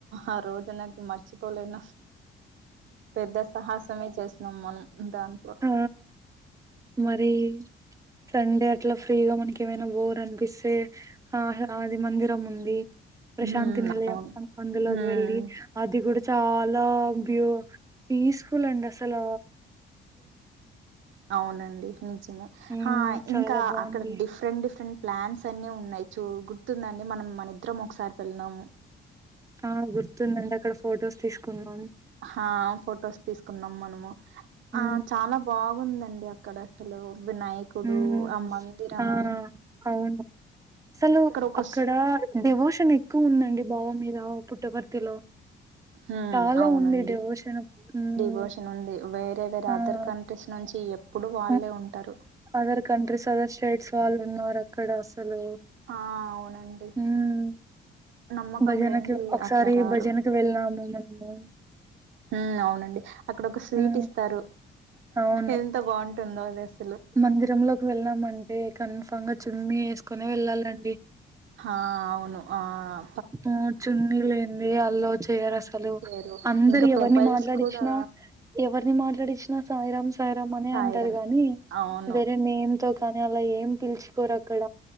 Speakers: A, on the right; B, on the right.
A: ఆ రోజు నాకు మర్చిపోలేను పెద్ద సాహసమే చేసినం మనం దాంట్లో
B: ఆఁ మరీ సండే అట్లా ఫ్రీగా మనకి ఏమైనా బోర్ అనిపిస్తే ఆ అది మందిరం ఉంది. ప్రశాంతి
A: హ్మ్
B: నిలయం
A: అవును
B: అం అందులోకి
A: హ్మ్
B: వెళ్ళి అది కూడ చాలా బ్యూ పీస్ఫుల్ అండి అసలూ
A: అవునండి
B: హ్మ్
A: ఆఁ
B: చాలా
A: ఇంకా
B: బాగుంది.
A: అక్కడ డిఫరెంట్ డిఫరెంట్ ప్లాన్స్ అన్ని ఉన్నాయి చూ గుర్తుందా అండి మనం మన ఇద్దరం ఒకసారి పెళ్ళినాము.
B: ఆ గుర్తుందండి అక్కడ ఫొటోస్ తీసుకుందమని
A: హాఁ ఫొటోస్ తీసుకున్నాం మనము
B: హ్మ్
A: ఆ చాలా బాగుంది అండి అక్కడ అసలు వినాయకుడు
B: హ్మ్
A: ఆ మందిరము
B: ఆ అవును. అసలు
A: ఒక
B: అక్కడ
A: స్
B: డివోషన్ ఎక్కువ ఉందండి బావి మీద పుట్టపర్తిలో
A: హ్మ్
B: చాలా
A: అవునండి
B: ఉంది డివోషన్ మ్మ్
A: డివోషన్ ఉంది వేరే వేరే
B: ఆఁ
A: అదర్ కంట్రీస్ నుంచి ఎప్పుడు వాళ్ళే
B: మ్
A: ఉంటారు
B: అదర్ కంట్రీస్ అదర్ స్టేట్స్ వాళ్ళు ఉన్నారు అక్కడ సలు
A: ఆ అవునండి
B: మ్మూఁ
A: నమ్మకం
B: భజనకి
A: లేనిది
B: ఒకసారి
A: అట్లా రారు
B: భజనకి వెళ్ళాము మనము
A: హ్మ్ అవునండి అక్కడ ఒక స్వీట్
B: హ్మ్.
A: ఇస్తారు
B: అవును.
A: ఎంత బాగుంటుందో అది అస్
B: మందిరంలోకి వెళ్ళామంటే కన్ఫంగా చున్నీ ఏసుకొనే వెళ్ళాలండి.
A: హాఁ అవును ఆఁ
B: ఆ చున్నీ లేంది అల్లౌ చేయరు అసలు
A: చేరు
B: అందరు
A: ఇంకా
B: ఎవరిని
A: మొబైల్స్
B: మాట్లాడిచ్చినా
A: కూడా
B: ఎవరిని మాట్లాడిచ్చినా సాయిరామ్ సాయిరామ్ అనే
A: సాయిరం
B: అంటారు గాని
A: అవును
B: వేరే నేమ్ తో కానీ అలా ఏం పిలుచుకోరు అక్కడ